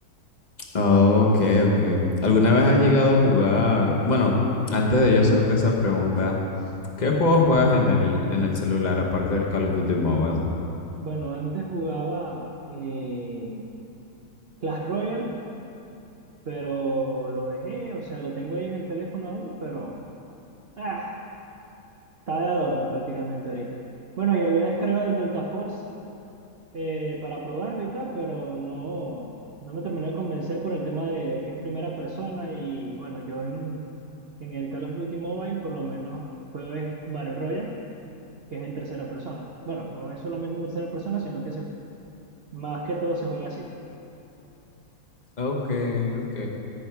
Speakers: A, on the left (about 30°); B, on the right (about 75°).
A: Ok, ok. ¿Alguna vez has llegado a jugar? Bueno, antes de yo hacerte esa pregunta, ¿qué juegos juegas en el, en el celular aparte del Call of Duty Mobile?
B: Bueno, antes jugaba eh, Clash Royale, pero lo dejé, o sea, lo tengo ahí en el teléfono aún, pero ah, está de adorno prácticamente ahorita. Bueno, y había descargado el Delta Force eh, para probarlo y tal, pero no, no me terminó de convencer por el tema de que es primera persona y bueno, yo en, en el Call of Duty Mobile por lo menos juego es Battle Royale, que es en tercera persona. Bueno, no es solamente en tercera persona, sino que se, más que todo se juega así.
A: Ok, ok.